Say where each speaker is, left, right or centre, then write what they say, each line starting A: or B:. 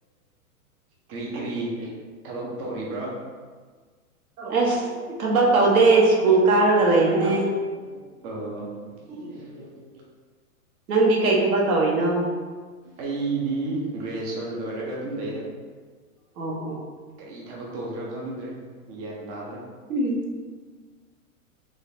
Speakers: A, on the right; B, on the right.
A: ꯀꯔꯤ ꯀꯔꯤ ꯊꯕꯛ ꯇꯧꯔꯤꯕ꯭ꯔꯣ
B: ꯑꯁ
A: ꯑꯣ
B: ꯊꯕꯛ ꯇꯧꯗꯦ ꯁ꯭ꯀꯨꯜ ꯀꯥꯔꯒ ꯂꯩꯕꯅꯦ ꯅꯪꯗꯤ ꯀꯩ ꯊꯕꯛ ꯇꯧꯔꯤꯅꯣ
A: ꯑꯩꯗꯤ ꯒ꯭ꯔꯦꯁ ꯇꯣꯅ ꯋꯥꯔꯒ ꯑꯗꯨꯝ ꯂꯩꯗ
B: ꯑꯣ ꯑꯣ
A: ꯀꯔꯤ ꯊꯕꯛ ꯇꯧꯁꯤꯔꯣ ꯈꯪꯗ꯭ꯔꯦ ꯒ꯭ꯌꯥꯟ ꯇꯥꯗ꯭ꯔꯦ
B: ꯎꯝ